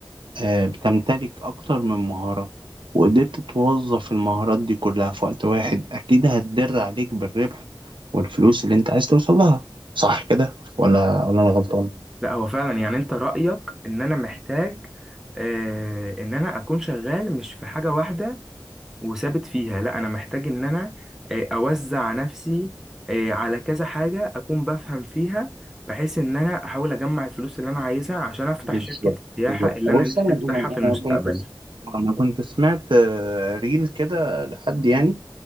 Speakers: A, on the right; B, in the centre.
A: آه، بتمتلك اكتر من مهارة وقدرت توظف المهارات دي كلها في وقت واحد اكيد هتدر عليك بالربح والفلوس اللي انت عايز توصل لها صح كده ولا ولا انا غلطان؟
B: لا هو فعلا يعني انت رأيك ان انا محتاج آه، ان انا اكون شغال مش في حاجة واحدة وثابت فيها لا انا محتاج ان انا آه، اوزع نفسي آه، على كذا حاجة اكون بفهم فيها بحيث ان انا احاول اجمع الفلوس اللي انا عايزها عشان افتح
A: بالظبط
B: شركة السياحة
A: بالظبط
B: اللي
A: بص
B: انا نفسي
A: انا
B: افتحها
A: انا
B: في المستقبل
A: انا كنت س- انا كنت سمعت آه، ريل كده لحد يعني